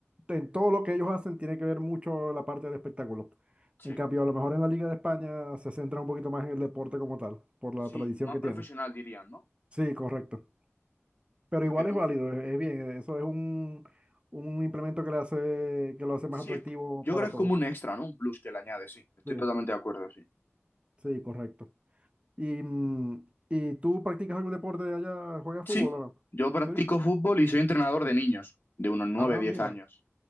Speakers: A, on the right (about 25°); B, on the left (about 50°).
A: en todo lo que ellos hacen tiene que ver mucho la parte del espectáculo.
B: Sí,
A: En cambio, a lo mejor en la Liga de España se centra un poquito más en el deporte como tal, por la
B: sí,
A: tradición
B: más
A: que
B: profesional
A: tienen.
B: dirían, ¿no?
A: Sí, correcto. Pero
B: Porque
A: igual
B: tú,
A: es válido, es, es bien. Eso es un, un implemento que le hace, que lo hace más
B: sí,
A: atractivo
B: es, yo
A: para
B: creo que es
A: todos.
B: como un extra, ¿no? Un plus que le añades. sí. Estoy
A: Sí,
B: totalmente de acuerdo, sí.
A: sí, correcto. ¿Y, mm, ¿y tú practicas algún deporte allá? ¿Juegas
B: Sí,
A: fútbol o no?
B: yo practico
A: Sí.
B: fútbol y soy entrenador de niños, de unos nueve
A: Ah,
B: diez
A: mira,
B: años.